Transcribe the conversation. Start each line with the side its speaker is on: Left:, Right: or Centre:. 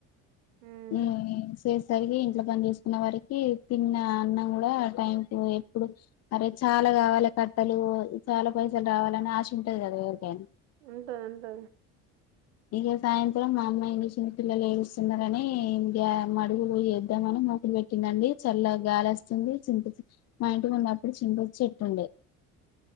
Right: ఉమ్
Left: హ్మ్ సెస్ సరికి ఇంట్లో పని చేసుకున్నవరకి తిన్న అన్నం కూడా టైం కు ఎప్పుడు అరే చాలా లా కావాలి కట్టలు చాలా పైసలు రావాలని ఆశ ఉంటది కదా ఎవరికైనా
Right: ఉంటది ఉంటది
Left: ఇక సాయంత్రం మా అమ్మాయిని చిన్న పిల్లలు ఏడుస్తున్నరని ఇంకా మడుగులు చేద్దామని మొదలు పెట్టిందండి చల్లగ గాలొస్తుంది చింత చెట్ల మా ఇంటి ముందప్పుడూ చింత చెట్టుండే